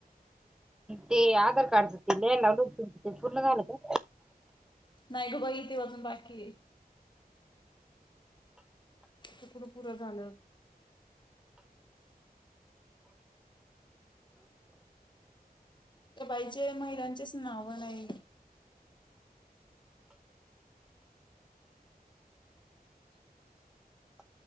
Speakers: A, in the centre; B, on the left.
A: ते आधार कार्डच ते लिहायला लावलं होतं ते पूर्ण झालं का?
B: नाही ग बघ इथे आजून बाकी आहे. ते कुठं पुरं झालं. त्या बायचे महिलांचेच नाव आहे.